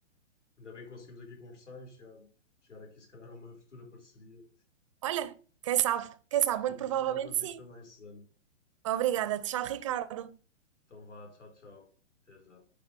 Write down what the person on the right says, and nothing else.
Olha, quem sabe, quem sabe,
muito
provavelmente
sim.
Obrigada, tchau, Ricardo.